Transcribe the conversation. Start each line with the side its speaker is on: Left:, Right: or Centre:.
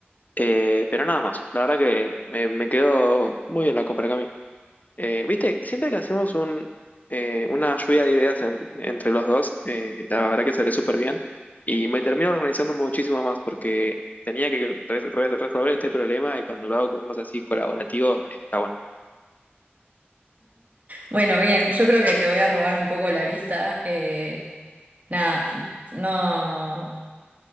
Left: Eh, pero nada más. La verdad que me, me quedó muy bien la compra, Cami. Eh, viste, siempre que hacemos un, eh, una lluvia de ideas en- entre los dos, eh, la verdad que sale súper bien y me termino organizando muchísimo más porque tenía que re- re- resolver este problema y cuando lo hago con vos así colaborativo, eh, está bueno.
Right: Bueno, bien, yo creo que te voy a robar un poco la lista. eh, nada, no.